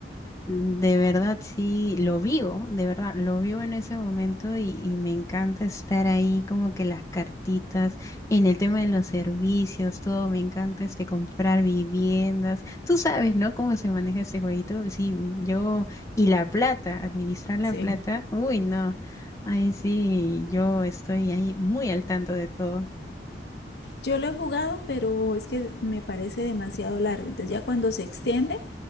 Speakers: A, on the left; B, on the left.
A: De verdad, sí, lo vivo, de verdad, lo vivo en ese momento y, y me encanta estar ahí como que las cartitas, en el tema de los servicios, todo, me encanta este comprar viviendas. Tú sabes, ¿no? Cómo se maneja este jueguito. Sí, yo, y la plata, administrar la
B: Sí.
A: plata, uy, no. Ahí sí, yo estoy ahí muy al tanto de todo.
B: Yo lo he jugado, pero es que me parece demasiado largo. Entonces ya cuando se extiende,